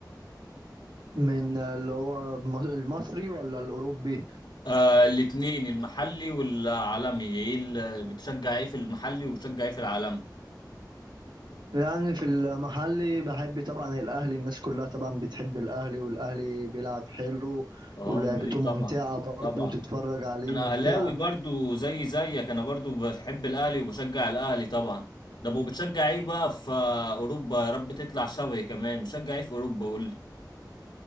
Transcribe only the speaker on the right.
من اللي هو الم- المصري ولا الأوروبي؟
يعني في المحلي بحب طبعا الأهلي الناس كلها طبعا بتحب الأهلي والأهلي بيلعب حلو
ولعبته
ممتعة
برضه
وتتفرج عليه
ممتعة